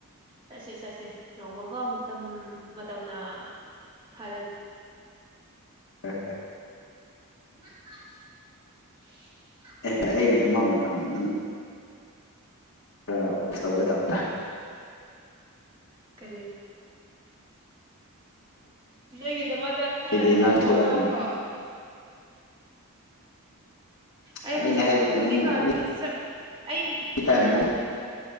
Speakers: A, on the right; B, on the left.
A: ꯆꯠꯁꯦ ꯆꯠꯁꯦ ꯅꯣꯡꯃꯒ ꯃꯇꯝ ꯇꯝꯅ ꯐꯥ
B: ꯍꯣꯏ ꯍ
A: <inaudible>
B: ꯑꯦ ꯑꯩꯒꯤꯗꯃ ꯃꯇꯝ ꯅꯪ ꯈꯔ ꯎꯁ ꯇꯧꯒꯦ ꯇꯧꯕꯅꯤꯗꯥ
A: ꯀꯦ ꯅꯗ ꯃꯥ ꯈꯔ
B: ꯑꯩꯗꯤ
A: ꯃꯇꯝ
B: ꯅꯪ ꯊꯣꯛꯂꯛꯀꯅꯤ
A: ꯄꯤꯌꯣ ꯍꯥꯏꯕꯣ ꯑꯩ
B: ꯑꯩꯅ
A: ꯍꯧꯖꯤꯛ
B: ꯍꯥꯏꯕꯗꯤ
A: ꯍꯧꯖꯤꯛꯀꯗꯤꯠ
B: ꯅꯪ ꯑꯦꯅꯤ
A: ꯑꯩ
B: ꯇꯥꯏꯝ
A: ꯎꯝ
B: ꯅꯪ